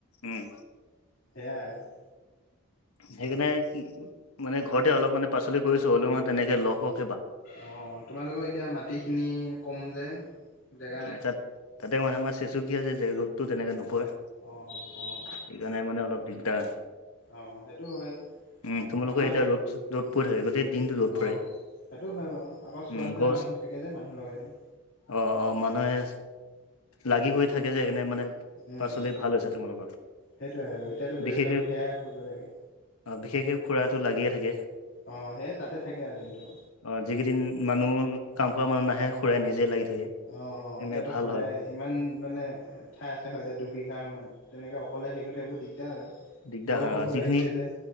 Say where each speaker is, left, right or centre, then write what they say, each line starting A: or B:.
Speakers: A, on the left; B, on the left.
A: উম
B: এয়াই আৰু
A: সেইকাণে মানে ঘৰতে অলপ মানে পাচলি কৰিছো হ'লেও মানে তেনেকে লগ হক
B: অ তোমালোকৰ এতিয়া মাটি খিনি কম যে জেগা নাই
A: এ তাত তাতে মানে আমাৰ চেচুকীয়া যে ৰ'দতটো তেনেকে নপই
B: অঁ অ অঁ
A: সেইকাৰণে মানে অলপ দিগদাৰ
B: অ সেইটো হয়
A: উম তোমালোকৰ
B: আমাৰ
A: এতিয়া ৰ'দ ৰদ পৰি থাকে গোটেই দিনটো ৰ'দ
B: অঁ
A: পৰে
B: সেইটো হয় বাউ আগত চোৱা
A: উম
B: চিতা
A: গছ
B: মানুহ থাকে যে মানুহ লগাই দিম
A: অ অ মানুহে লাগি কৰি থাকে যে একাৰনে মানে
B: উম।
A: পাচলি ভাল হৈছে তোমালোকৰ
B: সেইটোৱে আৰু এতিয়াতো বেলেগ
A: বিশেষকে
B: কাম সেয়াই কৰিব লাগে
A: অ বিশেষকে খুৰাটো লাগিয়ে থাকে
B: অ সেয়ে তাতে থাকে আৰু দিনটো
A: অ যিকেইদিন মানুহ কাম কৰা মানুহ নাহে খুৰাই নিজে লাগি থাকে
B: অ অ
A: তেনে
B: এতিয়াতো
A: ভাল
B: সদায়
A: হয়
B: ইমান মানে ঠাই আছে হয় এতিয়া দুবিঘা মান তেনেকে অকলে সেৰি কৰি থাকিব সেইবোৰ দিগদাৰ আৰু
A: দিগদাৰ
B: বয়সো
A: হয় অ
B: হৈ
A: যিখিনি
B: আহিছে যে